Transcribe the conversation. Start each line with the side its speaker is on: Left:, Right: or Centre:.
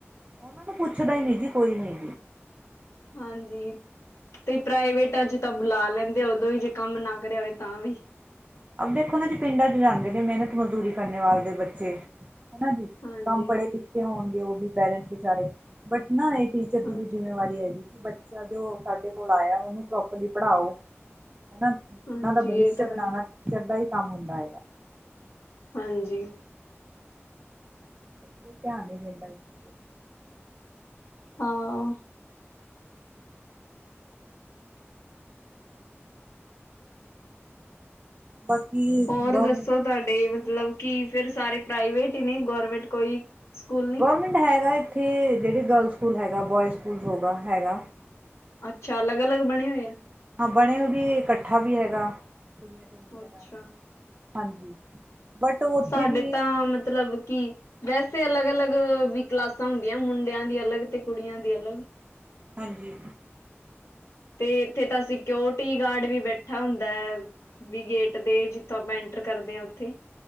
Right: ਉਹਨਾਂ ਨੂੰ ਪੁੱਛਦਾ ਹੀ ਨੀ ਜੀ, ਕੋਈ ਨੀ।
Left: ਹਾਂਜੀ, ਤੇ ਪ੍ਰਾਈਵੇਟਾ 'ਚ ਤਾਂ ਬੁਲਾ ਲੈਂਦੇ ਆ ਉਦੋਂ ਵੀ, ਜੇ ਕੰਮ ਨਾ ਕਰਿਆ ਹੋਵੇ ਤਾਂ ਵੀ।
Right: ਦੇਖੋ ਨਾ ਜੇ ਪਿੰਡਾਂ 'ਚ ਜਾਂਦੇ ਨੇ ਮਿਹਨਤ ਮਜ਼ਦੂਰੀ ਕਰਨੇ ਵਾਲ ਦੇ ਬੱਚੇ। ਹਨਾ ਜੀ,
Left: ਹਾਂਜੀ
Right: ਕੰਮ ਪੜ੍ਹੇ ਲਿਖੇ ਹੋਣਗੇ ਉਹ ਵੀ ਪੇਰੈਂਟਸ ਵਿਚਾਰੇ ਬਟ ਨਾ, ਇਹ ਟੀਚਰ
Left: ਹਾਂਜੀ
Right: ਦੀ ਵੀ ਜਿੰਮੇਵਾਰੀ ਹੈਗੀ, ਕਿ ਬੱਚਾ ਜੋ ਸਾਡੇ ਕੋਲ ਆਇਆ, ਉਹਨੂੰ ਪ੍ਰੋਪਰਲੀ ਪੜ੍ਹਾਓ ਹਨਾ। ਉਹ
Left: ਹਾਂਜੀ
Right: ਦਾ ਭਵਿਸ਼
Left: ਇਹ ਤਾਂ
Right: ਬਣਾਉਣਾ
Left: ਹੈ
Right: ਟੀਚਰ ਦਾ ਹੀ ਕੰਮ ਹੁੰਦਾ ਹੈਗਾ।
Left: ਹਾਂਜੀ।
Right: ਬਿਲਕੁਲ ਧਿਆਨ ਨੀ ਦਿੰਦਾ ਇਸ ਵਲ।
Left: ਹਾਂ
Right: ਬਾਕੀ
Left: ਹੋਰ
Right: ਗੌਰਮੈਂਟ
Left: ਦੱਸੋ ਤੁਹਾਡੇ ਮਤਲਬ ਕਿ, ਫੇਰ ਸਾਰੇ ਪ੍ਰਾਈਵੇਟ ਹੀ ਨੇ ਗੌਰਮੈਂਟ ਕੋਈ? ਸਕੂਲ ਨੀ
Right: ਗਰਮੈਂਟ ਹੈਗਾ ਇੱਥੇ, ਜਿਹੜੇ ਗਰਲ ਸਕੂਲ ਹੈਗਾ, ਬੋਇ ਸਕੂਲ ਹੋਗਾ ਹੈਗਾ।
Left: ਅੱਛਾ, ਅਲੱਗ-ਅਲੱਗ ਬਣੇ ਹੋਏ ਆ।
Right: ਹਾਂ ਬਣੇ ਵੀ ਇਕੱਠਾ ਵੀ ਹੈਗਾ ਕੁੜੀਆਂ ਤੇ ਮੁੰਡਿਆਂ
Left: ਅੱਛਾ
Right: ਦਾ, ਹਾਂਜੀ। ਬਟ ਉੱਥੇ
Left: ਸਾਡੇ
Right: ਵੀ
Left: ਤਾਂ ਮਤਲਬ ਕੀ ਵੈਸੇ ਅਲੱਗ- ਅਲੱਗ ਵੀ ਕਲਾਸਾਂ ਹੁੰਦੀਆਂ, ਮੁੰਡਿਆਂ ਦੀ ਅਲੱਗ ਤੇ ਕੁੜੀਆਂ ਦੀ ਅਲੱਗ।
Right: ਹਾਂਜੀ।
Left: ਤੇ ਇੱਥੇ ਤਾਂ ਸਿਕਓਰਟੀ ਗਾਰਡ ਵੀ ਬੈਠਾ ਹੁੰਦਾ। ਵੀ ਗੇਟ ਦੇ ਜਿੱਥੋਂ ਆਪਾਂ ਐਂਟਰ ਕਰਦੇ ਹਾਂ ਉੱਥੇ